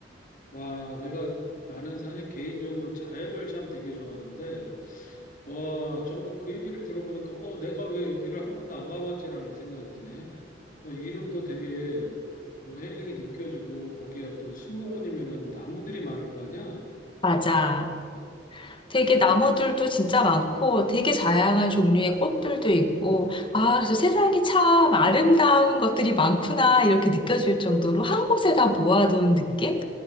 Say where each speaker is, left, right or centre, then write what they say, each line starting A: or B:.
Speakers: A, on the left (about 50°); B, on the left (about 30°).
A: 와, 내가, 나는 사실 개인적으로 자연을 참 되게 좋아하는데, 와, 정말 그 얘기를 들어보니까, 어, 내가 왜 여기를 한 번도 안 가봤지라는 생각이 드네. 뭐, 이름도 되게 뭔가 힐링이 느껴지고, 거기에 어떤 수목원이면은 나무들이 많을 거 아니야?
B: 맞아. 되게 나무들도 진짜 많고 되게 다양한 종류의 꽃들도 있고 아, 그래서 세상이 참 아름다운 것들이 많구나 이렇게 느껴질 정도로 한 곳에 다 모아둔 느낌?